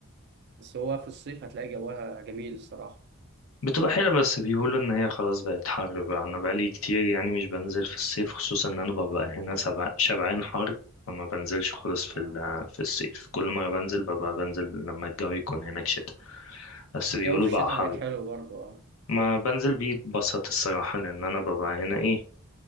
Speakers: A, on the right; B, on the left.
A: بس هو في الصيف هتلاقي جوها جميل الصراحة
B: بتبقى حلوة بس بيقولوا إن هي خلاص بقت حر بقى أنا بقالي كتير يعني مش بنزل في الصيف خصوصا إن أنا ببقى هنا سبع- شبعان حر فما بنزلش خالص في
A: آه.
B: ال- في الصيف كل مرة بنزل ببقى بنزل لما الجو يكون هناك شتا بس
A: الجو
B: بيقولوا
A: في
B: بقى
A: الشتاء
B: حر
A: هناك حلو برضه اه
B: ما بنزل بيتبسط الصراحة لأن أنا ببقى هنا إيه